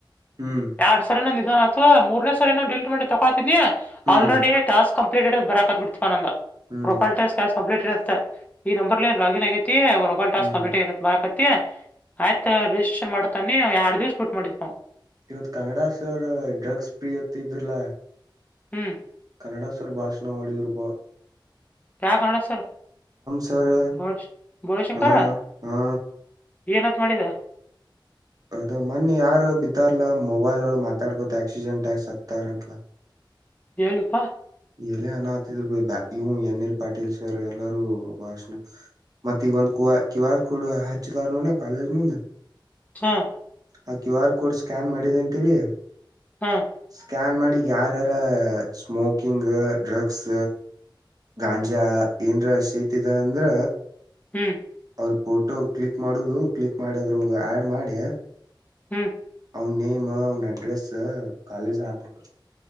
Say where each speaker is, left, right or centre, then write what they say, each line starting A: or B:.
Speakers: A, on the right; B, on the left.
A: ಹ್ಮ್
B: ಎರಡ್ ಸರ ನ ಅಥ್ ಮೂರನೇ ಸರ್ ಏನ ಡಿಟ್ ಮಾಡಿ ತೊಕಾತಿದನಿ
A: ಹ್ಮ್
B: ಆಲ್ರೆಡಿ ಾಸ್ಕ್ ಕಂಪ್ೀಟ್ ಬರಾಕತ್ ಬಿಡ್ತಿವ ನೊಂದು
A: ಹ್ಮ್
B: ರೊಬೈಲ್ ಟಾಸ್ಕ್ ಕಂಪ್ಲೀಟ್ ಇರುತ್ತೆ ಈ ನಂಬರ್ಲ್ಲಿ ಲ ರಾಗಿನ್ ಆಗೈತಿ ರೊಬೈಲ್ ಟಾಸ್ಕ್
A: ಹ್ಮ್
B: ಕಂಪ್ಲೀಟ್ ಆಗರುತ್ತ ಮರ ಮ ಆಯ್ತಾ ರಿಜಿಸ್ಟ್ರೇಷನ್ ಮಾಡತಾನೆ ಎರಡ್ ದಿವ್ಸ ಬಿಟ್ಟು ಮಾಡಿದ್ ನಾವ್
A: ಇವತ್ ಕನ್ನಡ ಸರ್ ಡ್ರಗ್ಸ್ ಪ್ರೀ ಅತ್ ಇದ್ರಲ
B: ಹ್ಮ್
A: ಕನ್ನಡ ಸರ್ ಭಾಷಣ ಮಾಡಿದರುಪಾ
B: ಯ ಕನ್ನಡ ಸರ್
A: ಸರ್
B: ಬ ಭೋಳಶಂಕರ
A: ಹಾ ಹಾ
B: ಏನತ್ ಮಾಡಿದ್ರು
A: ಅದ ಮೊನ್ನಿ ಯಾರು ಬಿದ್ದಾರಲ್ಲಾ ಮೊಬೈಲ್ಳ ಮಾತಾಡ್ಕೊತ ಆಕ್ಸಿಜೆಂಟ್ ಟ್ಯಾಕ್ಸ್ ಹತ್ತಾರಂತಲ
B: ಹೇಳಳುಪ್ಪಾ
A: ಎಲ್ಲ ಅನ ಆತಿದ್ರ ಬೈ ಬ ಇವು ಎನ್ ಎಲ್ ಪಾಟೀಲ್ ಸರ್ ಎಲ್ಲಾರೂ ಭಾಷಣ ಮತ್ತ ಈಗ ಒಂದ್ ಕ ಕ್ಯ ಆರ್ ಕೋಡ್ ಹಚ್ಚಿದಾರ ನೋಡ ಕಾಲೇಜ್ ಮುಂದೆ
B: ಹ್ಮ
A: ಆ ಕ್ಯೂ ಆರ್ ಕೋಡ್ ಸ್ಕ್ಯಾನ್ ಮಾಡಿದೆ ಅಂತೇಳಿ
B: ಹಾ
A: ಸ್ಕ್ಯಾನ್ ಮಾಡಿ ಯಾರಾರ ಸ್ಮೋಕಿಂಗ್ ಡ್ರಗ್ಸ್ ಗಾಂಜಾ ಏನ್ ಶೇತ ಇದೆ ಅಂದ್ರ
B: ಹ್ಮ್
A: ಅವ್ರ ಫೋಟೋ ಕ್ಲಿಕ್ ಮಾಡೋುದು ಕ್ಲಿಕ್ ಮಾಡಿದ್ರ ಆಡ್ ಮಾಡಿ
B: ಹ್ಮ್
A: ಅವನ್ ನೇಮ್ ಅವ್ನ್ ಅಡ್ರೆಸ್ ಕಾಲೇಜ್ ಹಾಕ್ಬಡ್ತ